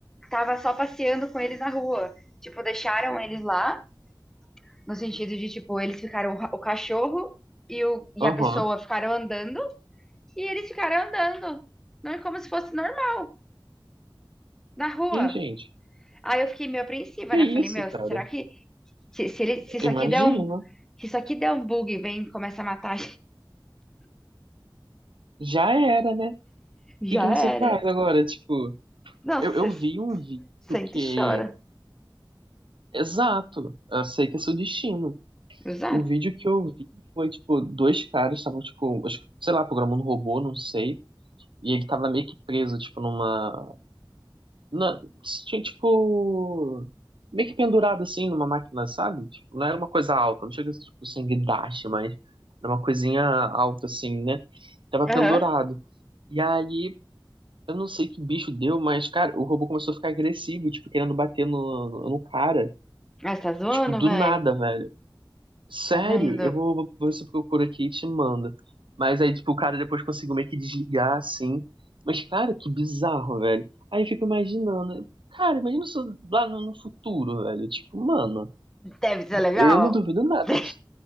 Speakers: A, in the centre; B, on the right.
A: tava só passeando com ele na rua. Tipo, deixaram eles lá. No sentido de, tipo, eles ficaram, o cachorro e, o, e
B: Aham.
A: a pessoa ficaram andando e eles ficaram andando. Não é como se fosse normal, na rua.
B: Ih, gente.
A: Aí eu fiquei meio apreensiva,
B: Que
A: né? Falei,
B: isso,
A: meu,
B: cara?
A: será que se, se, ele, se isso
B: Imagina.
A: aqui der um, se isso aqui der um bug e vem e começa a matar,
B: Já era, né? O
A: <laughs> já
B: que que você
A: era.
B: faz agora? Tipo,
A: Não,
B: eu,
A: você
B: eu vi um vídeo
A: sente
B: que.
A: e chora.
B: Exato. Aceita seu destino.
A: Exato.
B: O vídeo que eu vi foi, tipo, dois caras estavam, tipo, acho que, sei lá, programando um robô, não sei. E ele tava meio que preso, tipo, numa na- tinha tipo meio que pendurado assim numa máquina, sabe? Tipo, não era uma coisa alta, não chega a ser, tipo sanguidache, mas era uma coisinha alta assim, né? Tava
A: Aham.
B: pendurado. E aí, eu não sei que bicho deu, mas cara, o robô começou a ficar agressivo, tipo, querendo bater no, no no cara,
A: Ah, você tá zoando,
B: tipo, do
A: velho?
B: nada, velho. Sério,
A: Tá vendo?
B: eu vou, vou ver se eu procuro aqui e te mando. Mas aí, tipo, o cara depois conseguiu meio que desligar, assim. Mas, cara, que bizarro, velho. Aí eu fico imaginando. Cara, imagina isso lá no, no futuro, velho. Tipo, mano,
A: Deve ser legal.
B: eu não duvido nada.
A: <laughs>
B: de-